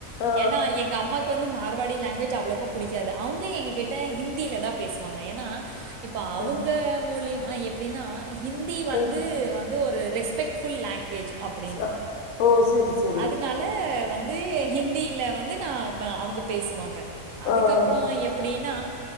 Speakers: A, on the left; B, on the right.
A: ஆ
B: ஏன்னா எங்க அம்மாக்கு வந்து மார்வாடி லாங்குவேஜ் அவ்வளவுக்க புடிக் க்காது அவங்க எங்க கிட்ட ஹிந்தில தா பேசுவாங்க ஏன்னா இப்ப அவங்க
A: ஆ
B: மூலியமா எப் அப்டின்னா ஹிந்தி வந்து
A: ஆ
B: வந்து ஒரு ரெஸ்பெக்ட் ஃபுல் லாங்க்வேஜ் அப்டின்னு
A: ச ஓ செரி செரி
B: அதனால து வந்து ஹிந்தியில வந்து நான் அவங்க பேசுவாங்க
A: ஆ
B: அதுக்கப்
A: ஆ
B: எப்டின்னா